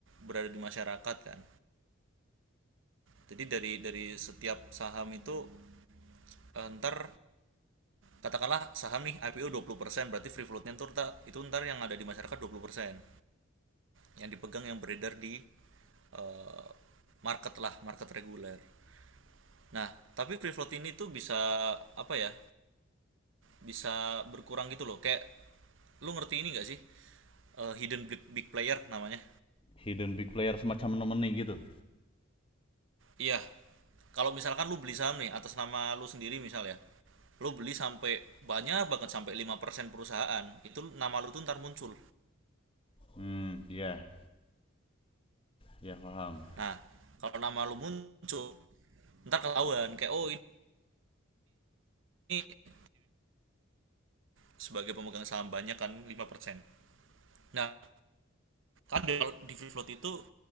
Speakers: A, on the right (about 70°); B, on the left (about 25°).
A: berada di masyarakat kan. Jadi dari dari setiap saham itu eh, ntar katakanlah saham nih IPO 20% berarti free floatnya ntar itu ntar yang ada di masyarakat 20%. yang dipegang yang beredar di eh, market lah market reguler nah tapi free float ini tuh bisa apa ya bisa berkurang gitu loh kayak lu ngerti ini gak sih Eh, hidden big, big player namanya
B: hidden big player semacam nomini gitu.
A: iya kalau misalkan lu beli saham nih atas nama lu sendiri misal ya lu beli sampai banyak banget sampai 5% perusahaan itu nama lu tuh ntar muncul
B: Hmm, iya, ya paham.
A: nah kalau nama lu muncul ntar ketahuan kayak oh ini sebagai pemegang saham banyak kan 5%. nah kan di, free float itu